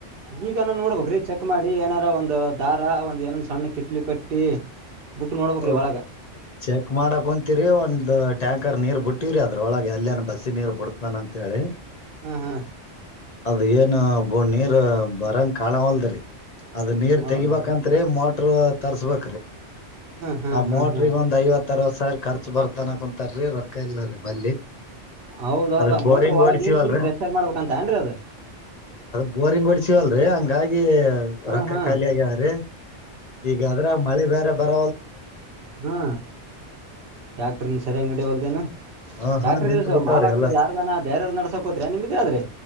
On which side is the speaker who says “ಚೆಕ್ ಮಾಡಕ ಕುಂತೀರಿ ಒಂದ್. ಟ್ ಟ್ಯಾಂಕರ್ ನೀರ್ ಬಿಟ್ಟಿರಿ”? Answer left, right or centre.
Left